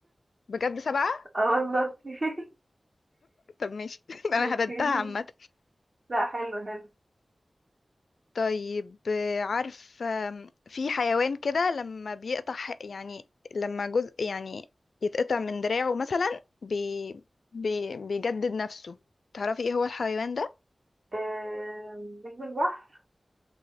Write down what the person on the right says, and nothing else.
اه والله <laughs>
اوكي
لا حلو حلو
آم، نجم البحر